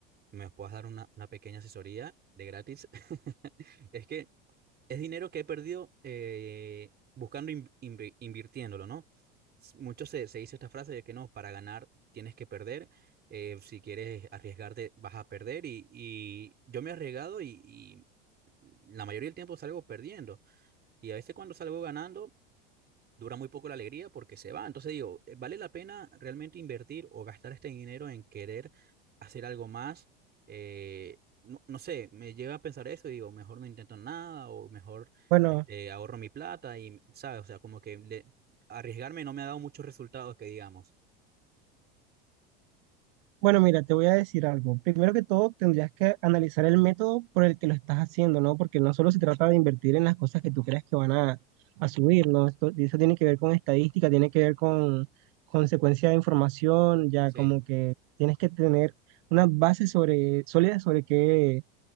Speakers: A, on the right (about 30°); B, on the right (about 70°).
A: me puedas dar una, una pequeña asesoría de gratis. <laughs> Es que es dinero que he perdido eh, buscando, in- invi- invirtiéndolo, ¿no? S- Mucho se, se dice esta frase de que no, para ganar tienes que perder, eh, si quieres arriesgarte vas a perder y, y yo me he arriesgado y, y la mayoría del tiempo salgo perdiendo y a veces cuando salgo ganando dura muy poco la alegría porque se va. Entonces digo, eh, ¿vale la pena realmente invertir o gastar este dinero en querer hacer algo más? Eh, no, no sé, me lleva a pensar eso y digo, mejor no intento nada o mejor
B: Bueno,
A: este, ahorro mi plata y, ¿sabes? O sea, como que le- arriesgarme no me ha dado muchos resultados que digamos.
B: bueno, mira, te voy a decir algo. Primero que todo, tendrías que analizar el método por el que lo estás haciendo, ¿no? Porque no solo se trata de invertir en las cosas que tú creas que van a, a subir, ¿no? Esto, eso tiene que ver con estadística, tiene que ver con consecuencia de información, ya
A: Sí,
B: como que tienes que tener una base sobre, sólida sobre qué,